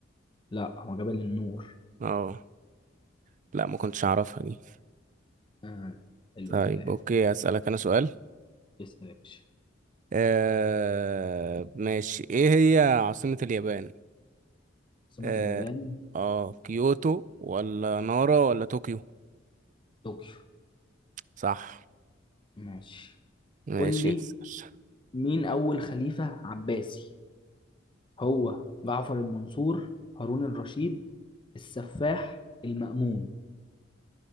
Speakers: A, on the left (about 25°); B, on the right (about 40°).
A: لا هو جبل النور
B: اه لا ما كنتش اعرفها دي
A: آه حلو
B: طيب
A: أديك عرفت
B: اوكي هسألك انا سؤال
A: اسأل يا باشا
B: آه ماشي ايه هي عاصمة اليابان
A: عاصمة
B: اه
A: اليابان
B: اه كيوتو ولا نارا ولا طوكيو
A: طوكيو
B: صح
A: ماشي
B: ماشي
A: قول لي
B: اسأل
A: مين أول خليفة عباسي هو جعفر المنصور هارون الرشيد السفاح المأمون